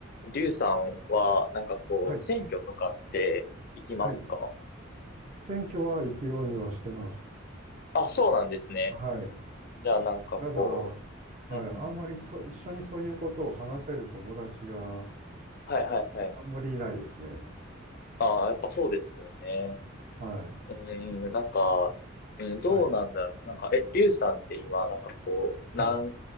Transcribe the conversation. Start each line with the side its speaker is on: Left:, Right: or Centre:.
Left: リュウさんは、なんかこう、
Right: はい、
Left: 選挙とかって行きますか
Right: はい。選挙は行くようにはしてます。
Left: あ、そうなんですね。
Right: はい。
Left: じゃあなんかこ
Right: ただ、は
Left: う、うんうんうん、
Right: い、あんまりと一緒にそういうことを話せる友達が
Left: はいはいはい。
Right: あんまりいないですね。
Left: ああ、やっぱそうですよね。
Right: はい、
Left: うん、なんか、うん、どうなんだろう。
Right: はい、
Left: なんか、え、リュウさんって今、なんかこう、
Right: はい。
Left: 何、